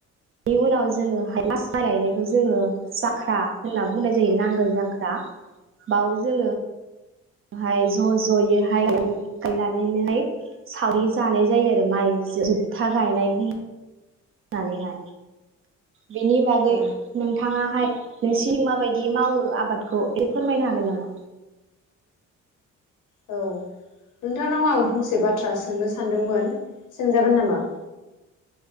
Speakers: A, on the right; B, on the left.
A: नि उनाव जों फास्थ गायनायखौ जोङो जाख्रा होनना बुंनाय जायो नांगोल जांख्रा बाव जोङो हाय ज' ज'यै <unintelligible> सावरि जानाय जायो आरो माइ जोबथा गायनाय। नानैहाय। बेनि बागै
B: औ
A: नोंथाङा हाय नोंसिनि माबायदि मावो आबादखौ ए फोरमायनो हागोन नामा?
B: औ नोंथांनाव आं फंसे बा थ्रा सोंनो सानदोंमोन। सोंजागोन नामा?